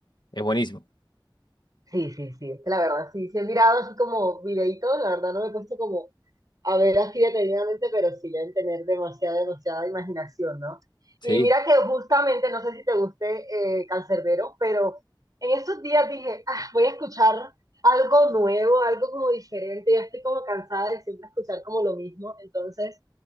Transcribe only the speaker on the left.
es buenísimo.
Sí,